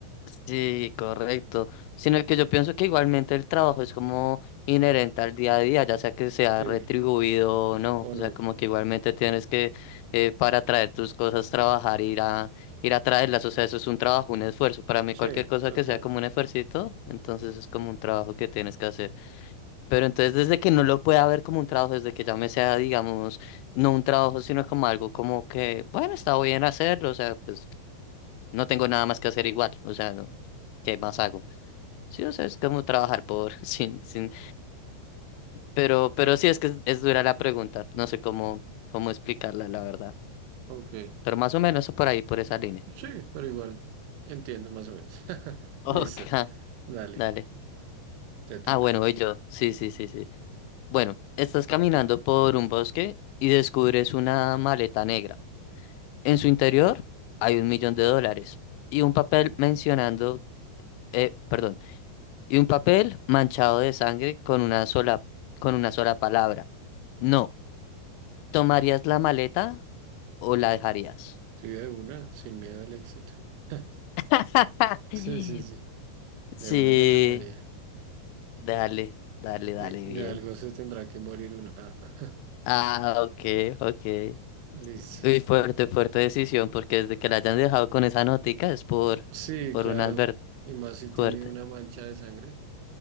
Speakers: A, on the left; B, on the right.
A: Sí, correcto. Sino que yo pienso que igualmente el trabajo es como inherente al día a día, ya sea que sea
B: Sí,
A: retribuido o no.
B: o
A: O
B: no.
A: sea, como que igualmente tienes que, eh, para traer tus cosas, trabajar, ir a, ir a traerlas. O sea, eso es un trabajo, un esfuerzo. Para mí,
B: Sí,
A: cualquier cosa
B: total.
A: que sea como un esfuercito, entonces es como un trabajo que tienes que hacer. Pero entonces desde que no lo pueda ver como un trabajo, desde que ya me sea, digamos, no un trabajo, sino como algo como que, bueno, está bien hacerlo, o sea, pues no tengo nada más que hacer igual, o sea, no, ¿qué más hago? Sí, o sea, es como trabajar por, <laughs> sin, sin, pero, pero sí es que es, es dura la pregunta, no sé cómo, cómo explicarla, la verdad.
B: Ok.
A: Pero más o menos por ahí, por esa línea.
B: Sí,
A: <laughs>
B: pero igual entiendo más o menos. <laughs>
A: Ok,
B: Listo. Dale,
A: dale.
B: te toca.
A: Ah, bueno, voy yo. Sí, sí, sí, sí. Bueno, estás caminando por un bosque y descubres una maleta negra. En su interior hay un millón de dólares y un papel mencionando, eh, perdón, y un papel manchado de sangre con una sola, con una sola palabra. No, ¿tomarías la maleta o la dejarías?
B: Sí, de una, sin miedo al éxito. <laughs>
A: <laughs>
B: Sí, sí, sí.
A: Sí,
B: De una la tomaría.
A: dale, dale, dale,
B: De, de
A: bien.
B: algo se tendrá que morir uno. Ah. <laughs>
A: Ah, ok, ok.
B: Listo.
A: Uy, fuerte, fuerte decisión, porque desde que la hayan dejado con esa notica es por,
B: Sí,
A: por
B: claro.
A: una advert
B: Y más si
A: fuerte.
B: tiene una mancha de sangre.